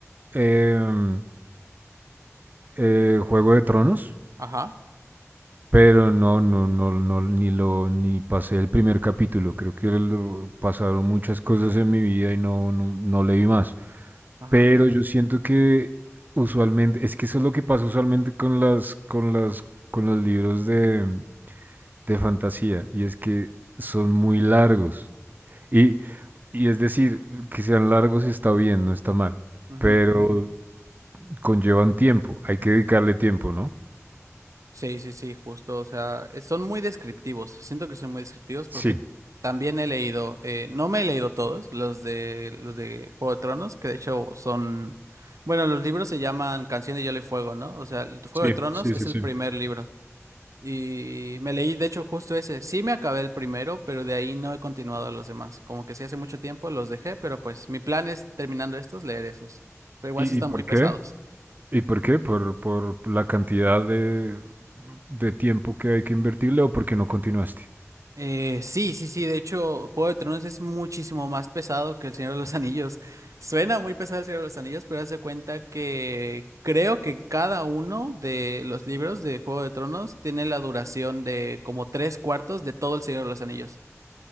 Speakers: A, on the right (about 35°); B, on the right (about 85°).
A: em, eh, Juego de Tronos,
B: Ajá,
A: pero no, no, no, no, ni lo, ni pasé el primer capítulo. Creo que lo- pasaron muchas cosas en mi vida y no, no, no leí más.
B: ajá.
A: Pero yo siento que usualmente, es que eso es lo que pasa usualmente con las, con las, con los libros de, de fantasía, y es que son muy largos. Y Y es decir, que sean largos está bien, no está mal,
B: Ujú.
A: pero conllevan tiempo, hay que dedicarle tiempo, ¿no?
B: Sí, sí, sí, justo. O sea, eh, son muy descriptivos. Siento que son muy descriptivos porque
A: Sí,
B: también he leído, eh, no me he leído todos, los de los de Juego de Tronos, que de hecho son, bueno, los libros se llaman Canción de Hielo y Fuego, ¿no? O sea, el Juego
A: sí,
B: de Tronos
A: sí,
B: es
A: sí,
B: el
A: sí.
B: primer libro. Y me leí, de hecho, justo ese. Sí me acabé el primero, pero de ahí no he continuado los demás. Como que sí hace mucho tiempo los dejé, pero pues mi plan es terminando estos, leer esos. Pero igual
A: ¿Y,
B: sí están
A: y por
B: muy
A: qué?
B: pesados.
A: ¿Y por qué? ¿Por, por la cantidad de, de tiempo que hay que invertirle o porque no continuaste?
B: Eh, sí, sí, sí. De hecho, Juego de Tronos es muchísimo más pesado que El Señor de los Anillos. <laughs> Suena muy pesado El Señor de los Anillos, pero haz de cuenta que creo que cada uno de los libros de Juego de Tronos tiene la duración de como tres cuartos de todo El Señor de los Anillos.